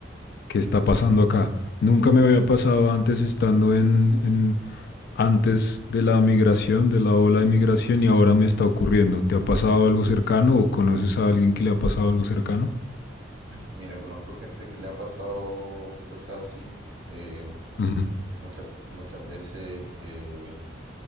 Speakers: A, on the left (about 55°); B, on the right (about 75°).
A: ¿Qué está pasando acá? Nunca me había pasado antes estando en, en- antes de la migración, de la ola de migración, y ahora me está ocurriendo. ¿Te ha pasado algo cercano o conoces a alguien que le ha pasado algo cercano?
B: Mira, conozco gente que le ha pasado cosas así. eh,
A: Ujú,
B: muchas, muchas veces, eh,